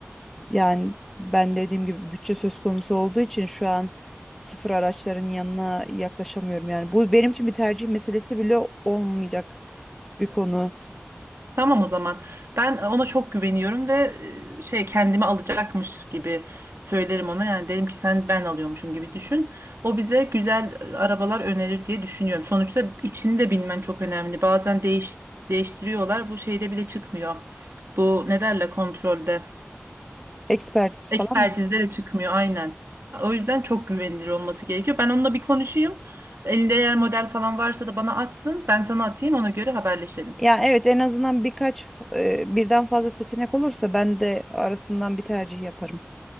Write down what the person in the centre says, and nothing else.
Yani ben dediğim gibi bütçe söz konusu olduğu için şu an sıfır araçların yanına yaklaşamıyorum. Yani bu benim için bir tercih meselesi bile olmayacak bir konu.
Ekspertiz falan
Ya evet en azından birkaç e, birden fazla seçenek olursa ben de arasından bir tercih yaparım.